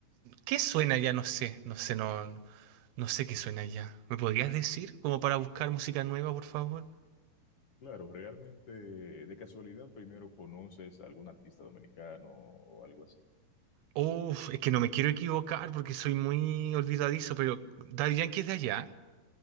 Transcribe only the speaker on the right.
¿qué suena allá? No sé, no sé, no, no no sé qué suena allá. ¿Me podrías decir como para buscar música nueva, por favor?
Uf, es que no me quiero equivocar porque soy muy olvidadizo, pero Daddy Yankee es de allá.